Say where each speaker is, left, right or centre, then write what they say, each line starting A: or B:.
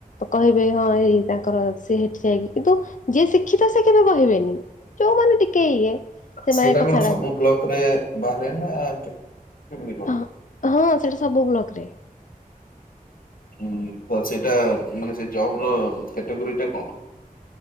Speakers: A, on the left (about 60°); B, on the left (about 70°).
A: କହିବେ ହଁ ଏଇ ତାଙ୍କର ସେ ହେଠି ଯାଇକି କିନ୍ତୁ ଯିଏ ଶିକ୍ଷିତ ସେ କେବେ କହିବେ ନି ଜୋଉ ମାନେ ଟିକେ ଇଏ ସେମାନେ
B: ସେଇଟା
A: କଥାଟା
B: କଣ ସବୁ ବ୍ଲକରେ ବାହାରେ ନା କଣ?
A: ହଁ ହଁ ସେଇଟା ସବୁ ବ୍ଲକ ରେ।
B: ଉଁ ତ ସେଇଟା ମାନେ ସେଇ ଜବ ର କ୍ୟାଟୋଗୋରି ଟା କଣ?